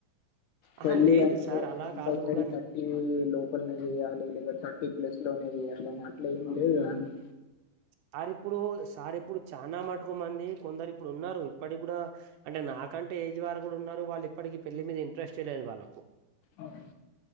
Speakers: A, on the right; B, on the left.
A: ఆహా
B: పళ్లి
A: లేదు
B: అంటే
A: సార్ అలా
B: కంపల్సరీ
A: కాదు కాని
B: థర్టీ లో లోపలనే చేయాలి లేద థర్టీ ప్లస్ లోనే చేయాలి అని అట్ల ఏం లేదు కదా అండి
A: సార్ ఇప్పుడు సార్ ఇప్పుడు చానా మట్టుకు మంది కొందరిప్పుడు ఉన్నారు ఇప్పటికి కూడా అంటే నా నాకంటే ఏజ్ బారు కూడ ఉన్నారు. వాళ్ళు ఇప్పటికీ పెళ్లి మీద ఇంట్రెస్ట్ ఏ లేదు వాళ్ళకు.
B: అవును